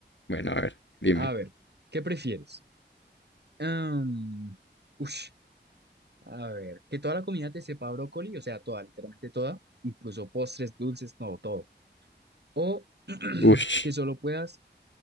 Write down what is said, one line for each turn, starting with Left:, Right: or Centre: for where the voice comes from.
Left: Bueno, a ver, dime.
Right: A ver, ¿qué prefieres? Am, ush, a ver, que toda la comida te sepa a brócoli, o sea, toda, literalmente toda, incluso postres, dulces, no, todo. O <clears throat>
Left: Ush,
Right: que solo puedas